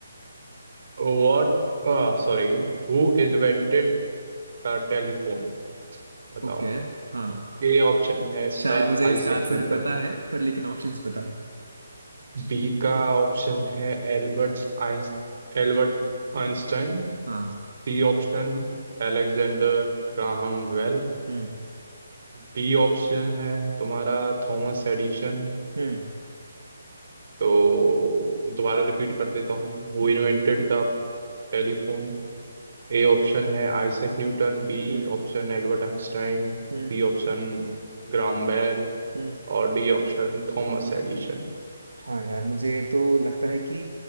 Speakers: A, on the right; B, on the right.
A: What sorry who invented the telephone बताओ
B: ओके हाँ
A: ए ऑप्शन है इसका
B: शायद मुझे
A: आइजैक
B: इसका आंसर
A: न्यूटन
B: पता है पर लेकिन ऑप्शंस बताओ
A: बी का ऑप्शन है Albert Eins Albert Einstein
B: हाँ
A: C option Alexander Graham Bell
B: हम्म
A: D option है तुम्हारा थॉमस एडिशन
B: हम्म
A: तो दोबारा रिपीट कर देता हूँ वो invented
B: बिल्कुल
A: the telephone A option है Isaac Newton B
B: हम्म
A: option Albert Einstein C
B: हम्म
A: option Graham Bell
B: हम्म
A: और डी ऑप्शन थॉमस एडिशन
B: हाँ यार मुझे तो लगता है कि